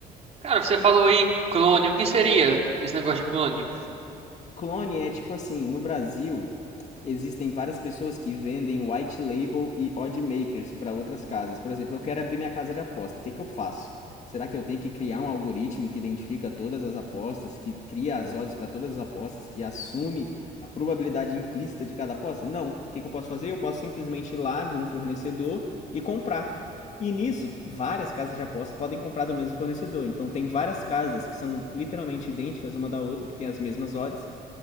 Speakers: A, on the right; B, on the left.
A: Cara, você falou aí clone, o que seria esse negócio de clone?
B: Clone é tipo assim, no Brasil existem várias pessoas que vendem white label e odd makers para outras casas. Por exemplo, eu quero abrir minha casa de aposta, o que, que eu faço? Será que eu tenho que criar um algoritmo que identifica todas as apostas, que cria as odds para todas as apostas, que assume a probabilidade implícita de cada aposta? Não. O que, que eu posso fazer? Eu posso simplesmente ir lá de um fornecedor e comprar. E nisso, várias casas de aposta podem comprar do mesmo fornecedor. Então, tem várias casas que são literalmente idênticas uma da outra, que têm as mesmas odds,